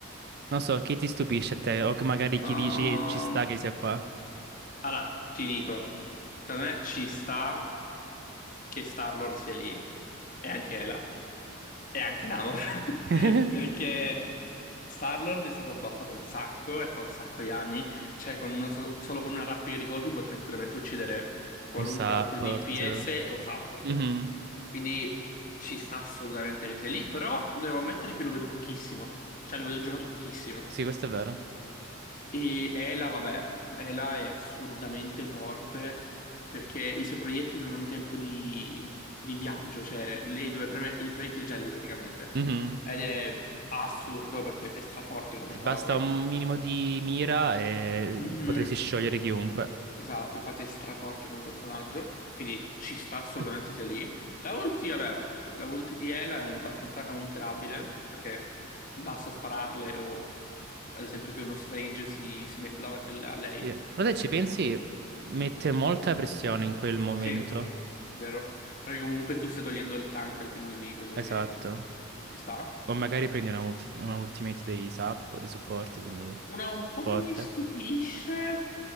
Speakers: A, on the right; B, on the left.
A: Non so, chi ti stupisce a te? O che magari chi
B: Ehm,
A: dici ci sta che sia qua?
B: allora, ti dico, da me ci sta che Star-Lord sia lì, e anche Ela, e anche Namor, <laughs>
A: <laughs>
B: perché Star-Lord è stato buffato un sacco, e fa un sacco di anni, cioè con una so- solo con una raffica di colpi può tranquillamente uccidere qualunque
A: Un support.
B: altro DPS o support,
A: Mhm.
B: quindi ci sta assolutamente che sia lì, però devo ammettere che lo vedo pochissimo, cioè lo vedo giocato pochissimo.
A: Sì, questo è vero.
B: E Ela, vabbè, Ela è assurdamente forte perché i suoi proiettili non hanno tempo di, di viaggio, cioè lei dove preme il proiettile è già lì praticamente.
A: Mhm.
B: Ed è assurdo perché è straforte come
A: Ti
B: cosa.
A: basta un minimo di mira e
B: Mhm,
A: potresti sciogliere chiunque.
B: Esatto, infatti è straforte come personaggio, quindi ci sta assolutamente
A: <clears throat>
B: sia lì. La ulti, vabbè, la ulti di Ela è un- abbastanza counterabile perché basta spararle o ad esempio che uno strange si, si metta davanti a a lei.
A: Sì. Però se ci pensi, mette molta pressione in quel momento.
B: Sì, vero? Perché comunque tu stai togliendo il tank al team nemico, quindi
A: Esatto.
B: ci sta.
A: O magari prendi una, ulti- una ultimate dei sap, dei supporti, quindi
B: Una un po'
A: forte.
B: che mi stupisce,